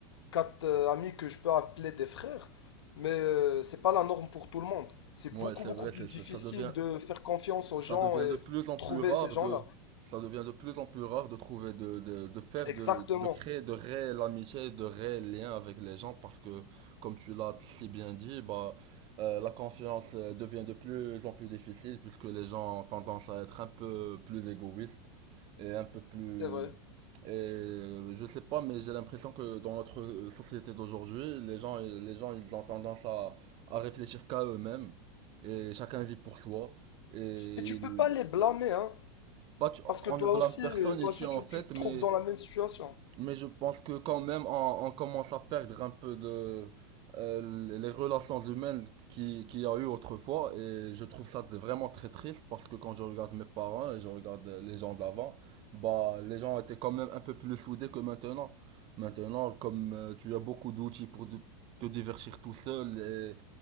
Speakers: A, on the left; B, on the right.
A: quatre euh, amis que je peux appeler des frères, mais euh, c'est pas la norme pour tout le monde. C'est
B: Ouais,
A: beaucoup,
B: c'est
A: beaucoup
B: vrai,
A: plus
B: c'est,
A: difficile
B: c'est- ça devient
A: de faire confiance aux
B: ça
A: gens
B: devient
A: et
B: de plus en
A: trouver
B: plus rare
A: ces gens-là.
B: de, ça devient de plus en plus rare de trouver, de, de, de faire,
A: Exactement,
B: de, de créer de réelles amitiés, de réels liens avec les gens parce que, comme tu l'as si bien dit, bah, euh, la confiance euh, devient de plus en plus difficile puisque les gens ont tendance à être un peu plus égoïstes et un peu plus,
A: c'est vrai.
B: et euh, je sais pas, mais j'ai l'impression que dans notre euh, société d'aujourd'hui, les gens, les gens, ils ont tendance à, à réfléchir qu'à eux-mêmes et chacun vit pour soi. Et
A: Et tu
B: il-
A: peux pas les blâmer, hein,
B: bah, tu-
A: parce que
B: on
A: toi
B: ne blâme
A: aussi,
B: personne
A: euh, toi
B: ici
A: aussi,
B: en
A: tu,
B: fait,
A: tu te
B: mais,
A: trouves dans la même situation.
B: mais je pense que quand même on, on commence à perdre un peu de euh, les relations humaines qui, qu'il y a eu autrefois et je trouve ça vraiment très triste parce que quand je regarde mes parents et je regarde les gens d'avant, bah les gens étaient quand même un peu plus soudés que maintenant. Maintenant, comme euh, tu as beaucoup d'outils pour de- te divertir tout seul